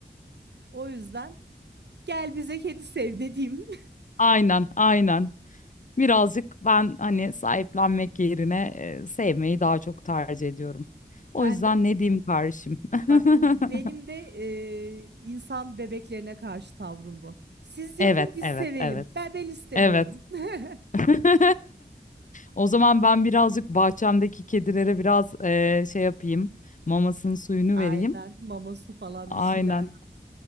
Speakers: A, on the right; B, on the left.
A: O yüzden gel bize kedi sev ne <laughs>
B: Aynen aynen. Birazcık ben hani sahiplenmek yerine e, sevmeyi daha çok tercih ediyorum. O
A: Ben
B: yüzden
A: de
B: ne diyeyim kardeşim?
A: Bak bu benim
B: <laughs>
A: de e, insan bebeklerine karşı tavrım bu. Siz yapın
B: Evet,
A: biz
B: evet,
A: sevelim.
B: evet.
A: Ben ben istemiyorum.
B: Evet.
A: <laughs>
B: <laughs> O zaman ben birazcık bahçemdeki kedilere biraz e, şey yapayım. Mamasının suyunu
A: Aynen
B: vereyim.
A: mama su falan
B: Aynen,
A: bir şeyler.